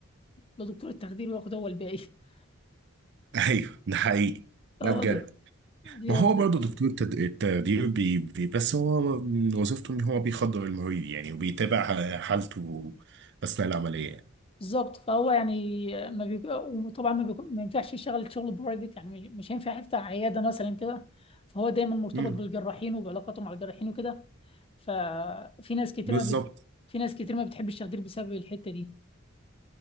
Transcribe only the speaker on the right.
ايوه ده حقيقي
ده بجد
ما هو برضه دكتور تد- التخدير بي بي بس هو من وظيفته ان هو بيخدر المريض يعني وبيتابع ح- حالته اثناء العمليه يعني
امم
بالظبط